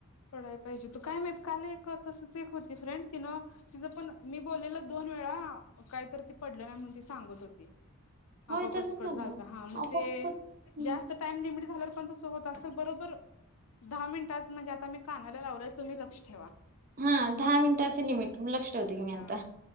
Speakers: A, on the left; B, on the right.
A: पडाय पाहिजे हुतं काय माहित, काल एक तसंच एक होती फ्रेंड, तीनं तिचं पण मी बोललेलं दोन वेळा, काहीत तर ते पडलं नाही म्हणून ती सांगत होती आपापच
B: होय तसच
A: कट
B: झालं
A: झालतं, हा मग
B: आपोआपच
A: ते
B: हम्म.
A: जास्त टाईम लिमिट झाल्यावर पण तसं होतं असल, बरोबर दहा मिनिटाच म्हणजे आत आता मी कानाला लावलाय तुम्ही लक्ष ठेवा.
B: हा दहा मिनिटाचं लिमिट,, लक्ष ठेवते की मी आता,,
A: हा